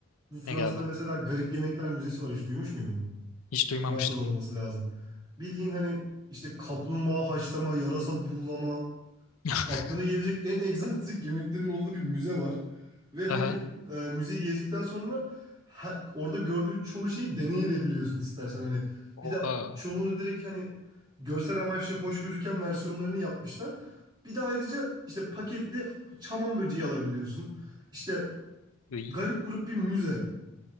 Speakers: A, on the right; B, on the left.
A: Bu Fransa'da
B: ne geldi?
A: mesela Garip Yemekler Müzesi var. Hiç duymuş muydun?
B: Hiç duymamıştım.
A: Fransa'da olması lazım. Bildiğin hani işte kaplumbağa haşlama, yarasa buğulama,
B: <laughs>
A: aklına gelebilecek en egzantrik yemeklerin olduğu bir müze var. Ve hani
B: Aha.
A: e, müzeyi gezdikten sonra ha- orada gördüğün çoğu şeyi deneyebiliyorsun istersen hani.
B: Oha.
A: Bir de çoğunu direkt hani görsel amaçlı hoş gözüken versiyonlarını yapmışlar. Bir de ayrıca işte paketli çaman böceği alabiliyorsun. İşte
B: Iy.
A: garip grup bir müze.